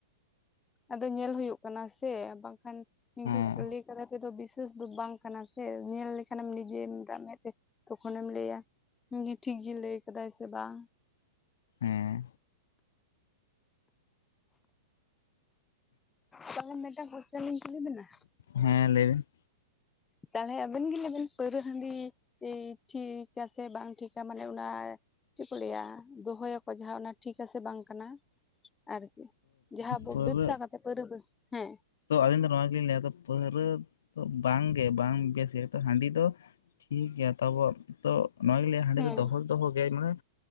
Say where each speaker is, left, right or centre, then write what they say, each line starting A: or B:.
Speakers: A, on the left; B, on the left.
A: ᱟᱫᱚ ᱧᱮᱞ ᱦᱩᱭᱩᱜ ᱠᱟᱱᱟ ᱥᱮ, ᱵᱟᱝᱠᱷᱟᱱ ᱱᱤᱝᱠᱟᱹ
B: ᱦᱮᱸ
A: ᱞᱟᱹᱭ ᱠᱟᱛᱟ ᱠᱚᱫᱚ ᱵᱮᱥᱤ <unintelligible> ᱫᱚ ᱵᱟᱝ ᱠᱟᱱᱟ ᱥᱮ ᱧᱮᱞ ᱞᱮᱠᱷᱟᱱᱮᱢ ᱱᱤᱡᱮᱢ ᱨᱟᱜ ᱢᱮᱫ ᱛᱮ ᱛᱚᱠᱷᱚᱱᱮᱢ ᱞᱟᱹᱭᱟ ᱤᱧ ᱜᱮ ᱴᱷᱤᱠ ᱜᱮ ᱞᱟᱹᱭ ᱟᱠᱟᱫᱟᱭ ᱥᱮ ᱵᱟᱝ
B: ᱦᱮᱸ᱾
A: ᱛᱟᱦᱚᱞᱮ ᱢᱤᱫᱴᱟᱝ ᱠᱳᱥᱪᱮᱱ ᱞᱤᱧ ᱠᱩᱞᱤ ᱵᱮᱱᱟ?
B: ᱦᱮᱸ, ᱞᱟᱹᱭ ᱵᱮᱱ ᱾
A: ᱛᱟᱦᱚᱞᱮ, ᱟᱵᱮᱱ ᱜᱮ, ᱞᱟᱹᱭ ᱵᱮᱱ ᱯᱟᱹᱣᱨᱟᱹ ᱦᱟᱺᱰᱤ ᱤ ᱴᱷᱤᱼᱠ ᱟᱥᱮ ᱵᱟᱝ ᱴᱷᱤᱠᱟ? ᱢᱟᱱᱮ ᱚᱱᱟ ᱪᱮᱫ ᱠᱚ ᱞᱟᱹᱭᱟ ᱾ ᱫᱚᱦᱚ ᱭᱟᱠᱚ ᱡᱟᱦᱟ, ᱸ ᱚᱱᱟ ᱴᱷᱤᱠ ᱟᱥᱮ, ᱵᱟᱝ ᱠᱟᱱᱟ ᱾ ᱟᱨᱠᱤ, ᱡᱟᱦᱟᱸᱵᱚ,
B: ᱯᱟᱹᱣᱨᱟᱹ
A: ᱵᱮᱵᱥᱟ ᱠᱟᱛᱮ ᱯᱟᱣᱨᱟᱹ <unintelligible> ᱦᱮᱸ
B: ᱛᱚ, ᱟᱹᱞᱤᱧ ᱫᱚ, ᱱᱚᱣᱟ ᱜᱮᱞᱤᱧ ᱞᱟᱹᱭᱟ, ᱯᱟᱹᱣᱨᱟᱹ ᱫᱚ, ᱵᱟᱝ ᱜᱮ, ᱵᱟᱝ ᱵᱮᱥ ᱜᱮ ᱛᱚ, ᱦᱟᱺᱰᱤ ᱫᱚ ᱴᱷᱤᱠ ᱜᱮᱭᱟ, ᱛᱟᱵᱚ ᱾ ᱛᱚ, ᱱᱚᱣᱟᱜᱮᱧ ᱞᱟᱹᱭᱟ, ᱦᱟᱺᱰᱤ
A: ᱦᱮᱸ
B: ᱫᱚ, ᱫᱚᱦᱚ ᱫᱚ, ᱫᱚᱦᱚ ᱜᱮ, ᱢᱟᱱᱮ